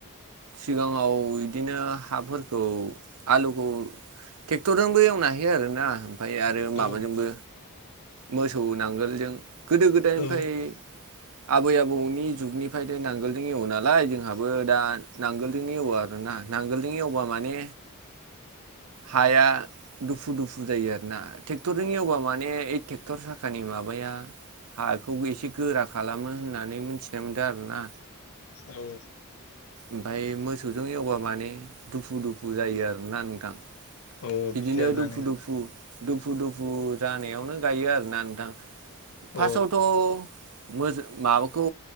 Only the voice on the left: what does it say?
औ
औ
औ।
अ
फिथेरनानै
अ